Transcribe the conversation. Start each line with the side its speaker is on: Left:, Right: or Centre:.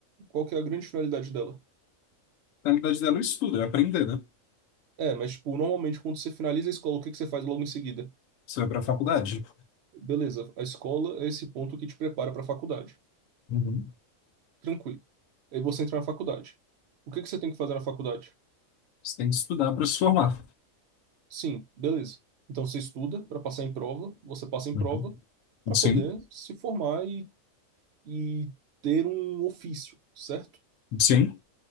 Right: Qual que é a grande finalidade dela?
Left: Na realidade dela, é o estudo é aprender, né?
Right: É, mas tipo, normalmente quando você finaliza a escola, o que que você faz logo em seguida?
Left: Você vai para a faculdade.
Right: Beleza, a escola é esse ponto que te prepara para a faculdade.
Left: Uhum.
Right: Tranquilo. Aí você entra na faculdade. O que que você tem que fazer na faculdade?
Left: Você tem que estudar para se formar.
Right: Sim, beleza. Então você estuda para passar em prova, você passa em
Left: Uhum.
Right: prova para
Left: Sim,
Right: poder se formar e, e ter um ofício, certo?
Left: sim,